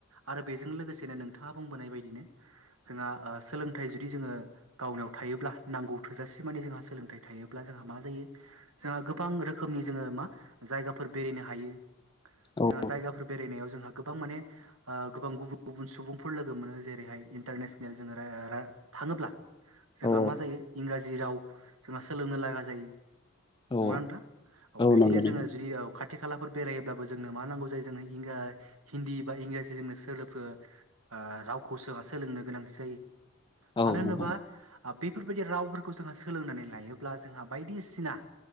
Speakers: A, on the right (about 75°); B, on the left (about 20°).
A: आरो बेजों लोगोसेनो नोंथाङा बुंबोनाय बायदिनो जोंहा आ सोलोंथाइ जुदि जोङो गावनाव थायोब्ला नांगौ थोजासे मान जों सोंलोंथाइ थायोब्ला जोंहा मा जायो जोङा गोब बां रोखोमनि जोङो मा जायगाफोर बेरेनो हायो
B: औ
A: जोंहा जायगाफोर बेरायनायाव जोंहा गोबां माने आ गोबां गुबुन गुबुन सुबुंफोर लोगो मोनो जेरैहाय इन्टारनेसनेल जोङो रेरा थाङोब्ला जोंहा
B: औ
A: मा जायो इंराजि राव जोंहा सोलोंनो लागा जायो नङा
B: औ
A: नोथा औ बिब्दिनो
B: नंगौ नंगौ
A: जोङो जुदि औ खाथ थि खालाफोर बेरायोब्लाबो जोंनो मा नांगौ जायो इंगा हिन्दी बा इंराजि जोङनो सोलोफो आ रावखौ सोहा सोलोंनो गोनांथि जायो
B: औ
A: मानो होनोबा
B: नंगौ
A: आब बेफोरबायदि रावफोरखौ जोंहा सोलोंनानै लायोब्ला जोंहा बायदिसिना